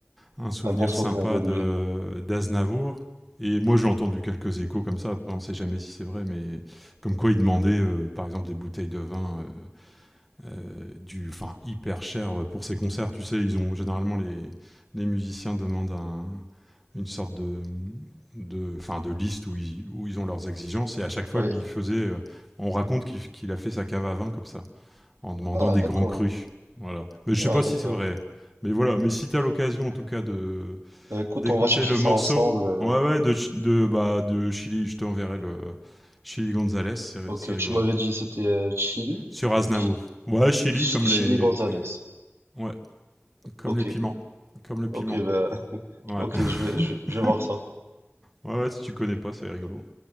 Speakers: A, in the centre; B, on the right (about 85°).
A: un souvenir
B: Un bon souvenir
A: sympa
B: de lui.
A: de d'Aznavour. Et moi, j'ai entendu quelques échos comme ça. Après, on ne sait jamais si c'est vrai, mais comme quoi il demandait, euh, par exemple, des bouteilles de vin euh, euh, du, enfin, hyper cher pour ses concerts. Tu sais, ils ont généralement les, les musiciens demandent un, une sorte de de, fin, de liste où ils, où ils ont leurs exigences. Et à chaque fois,
B: Oui.
A: lui, il faisait. euh, on raconte qu'il qu'il a fait sa cave à vin comme ça, en demandant
B: Ah,
A: des
B: d'accord.
A: grands crus. Voilà. Mais je
B: Ah,
A: sais pas
B: d'accord.
A: si c'est vrai. Mais voilà. Mais si tu as l'occasion, en tout cas, de,
B: Bah, écoute,
A: d'écouter
B: on va chercher
A: le
B: ça
A: morceau.
B: ensemble. euh.
A: Ouais, ouais, de, de, bah, de Chili. Je t'enverrai le Chili Gonzalez, c'est
B: Ok,
A: c'est rigolo.
B: tu m'avais dit c'était euh, Chili?
A: Sur Aznavour.
B: Chi-
A: Ouais, Chili,
B: Chi-
A: comme
B: Chili
A: les,
B: Gonzalez.
A: ouais, comme
B: Ok.
A: les piments. Comme le piment.
B: Ok, bah, <laughs>
A: Ouais.
B: ok,
A: <laughs>
B: je vais, je, je vais voir ça.
A: Ouais, ouais, si tu connais pas, c'est rigolo.